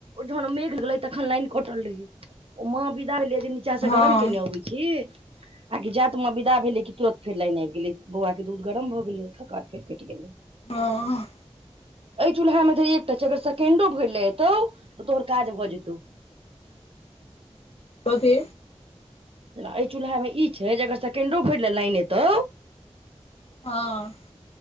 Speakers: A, on the right; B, on the left.
A: जहन मेघ गेले तखन लाइन कटल रहे ओ माँ विदा भेले जे निचा से
B: हँ
A: गरम केने अबे छी आ की जात माँ विदा भेले कि तुरत फेर लाइन आइब गेलै बौआ केँ दूध गरम भऽ गेलै तकर बाद फेर कइट गेलै
B: हँ
A: एहि चूल्हामे धैर एकटा छै अगर सेकेंडो भैर लऽ एतौ तऽ तोहर काज भऽ जेतौ
B: कथी
A: जेना एय चूल्हामे ई छै जे अगर सेकेंडो भैर लऽ लाइन एतौ
B: हँ हँ